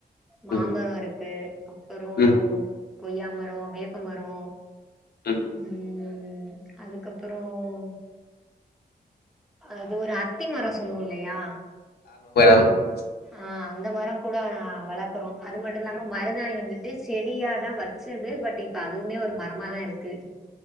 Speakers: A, in the centre; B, on the left (about 80°).
A: மாமர
B: ம்
A: இருக்கு அப்புறோ
B: ம்
A: கொய்யா மரோ வேப்ப ப்ப மரோம்
B: ம்
A: ம் அதுக்கப்பறோம் அது ஒரு அத்தி மரம் சொல்லுவோம் இல்லயா
B: <inaudible>
A: ஆ அந்த மரோம் கூட நான் வளக்குறோம் அது மட்டும் இல்லாம மருதாணி வந்துட்டு செடியா இப்ப தான் வச்சது பட் இப்ப அதுவுமே ஒரு மரமாதான் இருக்கு